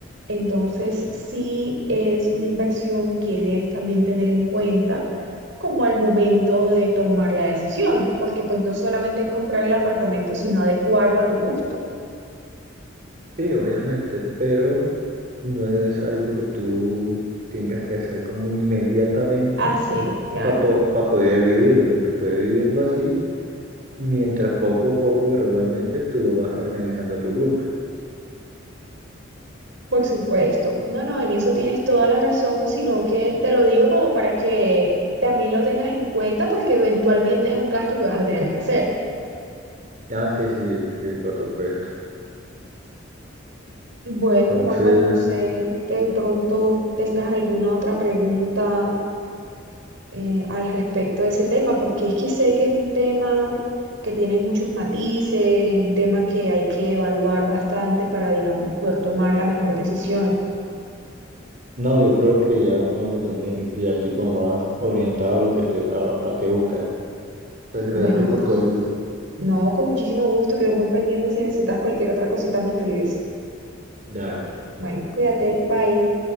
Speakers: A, on the right; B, on the right.
A: Entonces, sí es una inversión que debes también tener en cuenta como al momento de tomar la decisión, porque pues no solamente es comprar el apartamento, sino adecuarlo a tu gusto.
B: Sí, obviamente, pero no es algo que tú tengas que hacer como inmediatamente
A: Hace, claro.
B: para poder vivirlo. Tú puedes vivirlo así Mientras poco a poco, gradualmente, tú lo vas organizando a tu gusto.
A: Por supuesto. No, no, en eso tienes toda la razón, sino que te lo digo como para que también lo tengas en cuenta porque eventualmente es un gasto que vas a tener que hacer.
B: Ah, sí, sí, pues sí, por supuesto.
A: Bueno,
B: Entonces,
A: Holman, no sé que de pronto tengas alguna otra pregunta eh, al respecto de ese tema, porque es que sé que es un tema que tiene muchos matices, un tema que hay que evaluar bastante para, digamos, poder tomar la mejor decisión.
B: no, yo creo que ya con lo que tú me dijiste, ya estoy como más orientado a lo que estoy, a, a qué buscar. Te agradezco
A: Bueno,
B: por
A: no,
B: tu ayuda.
A: no, con muchísimo gusto, quedo muy pendiente. Si necesitas cualquier otra cosita, me escribes.
B: Claro.
A: Bueno, cuídate, bye.